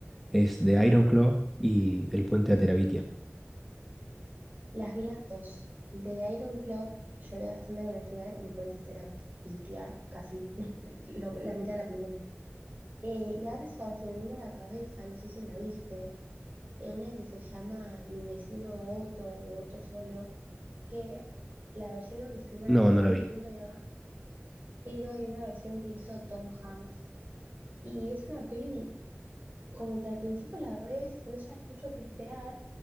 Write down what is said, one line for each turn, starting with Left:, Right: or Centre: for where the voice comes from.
Centre: Es de Ironclaw y El Puente a Terabitia.
Right: Las vi las dos. De Iron Club lloré bastante con el final y el puente te la pitea casi <laughs> la, lo- la mitad de la película. Eh, y ahora se se me vino a la cabeza, no sé si la viste, eh, una que se llama Mi vecino Otto o Otto solo, que la versión original
Centre: No,
Right: es
Centre: no la
Right: noruega,
Centre: vi.
Right: pero hay una versión que hizo Tom Hanks Y es una peli como que al principio la ves y no sabes mucho qué esperar,